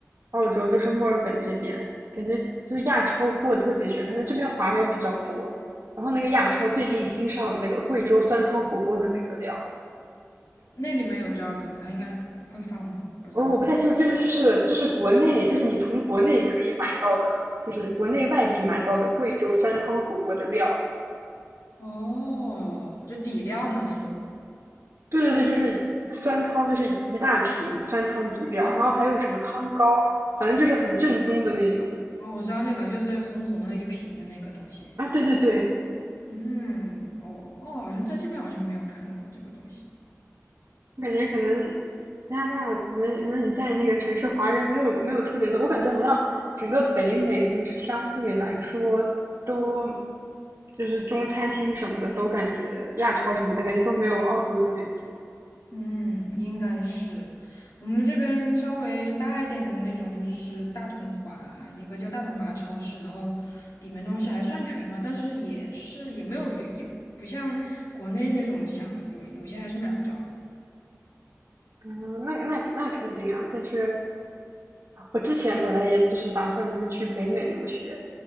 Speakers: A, on the right; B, on the left.
A: 澳洲，就是墨尔本这边，感觉就亚超货特别全，可能这边华人比较多。然后那个亚超最近新上的那个贵州酸汤火锅的那个料，
B: 那里面有折耳根吗？它应该会放吗？不知道。
A: 哦，我不太清楚，这是就是就是国内，就是你从国内可以买到的，就是国内外地买到的贵州酸汤火锅的料。
B: 哦，就底料嘛那种。
A: 对对对，就是酸汤，就是一大瓶酸汤底料，
B: 哦
A: 然后还有什么汤膏，反正就是很正宗的那种
B: 哦，我知道那个，就是红红的一瓶的那个东西。
A: 啊。对对对，
B: 嗯，哦哦，好像在这边好像没有看到过这个东西。
A: 我感觉可能加拿大，可能可能你在那个城市华人没有没有特别多，我感觉好像整个北美就是相对来说都就是中餐厅什么的都感觉亚超什么的感觉都没有澳洲这边多。
B: 嗯，应该是我们这边稍微大一点的那种，就是大统华，一个叫大统华的超市，然后里面东西还算全吧，但是也是也没有也也不像国内那种想有有些还是买不着。
A: 嗯，那那那肯定啊，但是我之前本来也就是打算就是去北美留学，